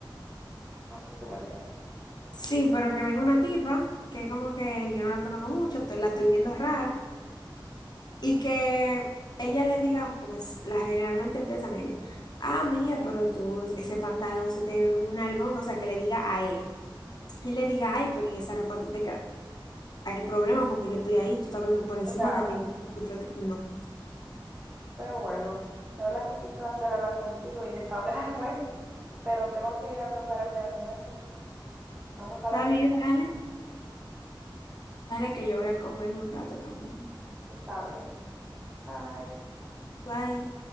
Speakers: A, on the right; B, on the left.
A: No sé si tú me entiendes.
B: Sí, pero que venga una tipa que como que yo no la conozco mucho, te- la estoy viendo rara, y que ella le diga, porque s- la generalmente empiezan ella, ah, mira, pero tú, ese pantalón se te ve un algo, o sea, que le diga a él. y le diga, ay, pero y esa ropa a ti te queda. Hay problema porque yo estoy ahí, tú estás hablando por encima
A: Claro,
B: de mí. disculpa, trate- No.
A: pero bueno, la verdad que fue un placer hablar contigo y desahogarme, <laughs> pero tengo que ir a preparar mi almuerzo. Vamos a
B: Está
A: hablar más.
B: bien, dale. Dale que yo voy a comer un rato también.
A: Está bien. Bye.
B: Bye.